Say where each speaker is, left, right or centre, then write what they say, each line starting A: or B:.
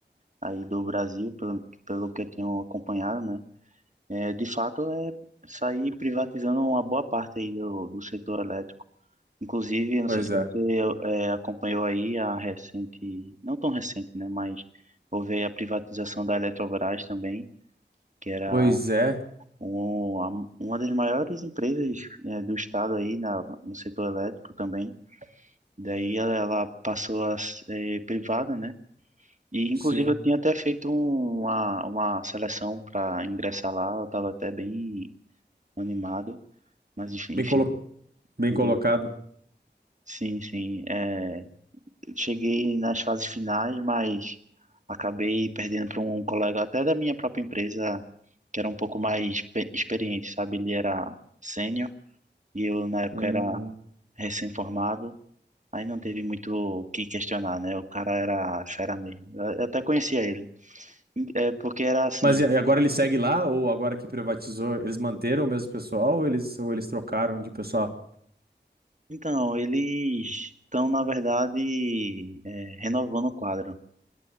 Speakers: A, on the right; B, on the right.
A: aí do Brasil, pelo, pelo que eu tenho acompanhado, né? É, de fato, é sair privatizando uma boa parte aí do, do setor elétrico. Inclusive, eu não
B: Pois
A: sei se
B: é.
A: você eh, acompanhou aí a recente, não tão recente, né? Mas houve aí a privatização da Eletrobras também, que era
B: Pois é,
A: um, a- uma das maiores empresas eh, do estado aí na, no setor elétrico também. Daí ela, ela passou a ser privada, né? E inclusive
B: sim.
A: eu tinha até feito uma, uma seleção para ingressar lá, eu estava até bem animado, mas enfim,
B: Bem,
A: enfim,
B: colo... Bem
A: também-
B: colocado.
A: sim, sim. é, cheguei nas fases finais, mas acabei perdendo para um colega até da minha própria empresa, que era um pouco mais pe- experiente, sabe? Ele era sênior e eu na época
B: Hum.
A: era recém-formado. Aí não teve muito o que questionar, né? O cara era fera mesmo. Eu até conhecia ele. É porque era assim.
B: Mas e e agora ele segue lá, ou agora que privatizou, eles manteram o mesmo pessoal, ou eles, ou eles trocaram de pessoal?
A: Então, eles estão, na verdade, é, renovando o quadro.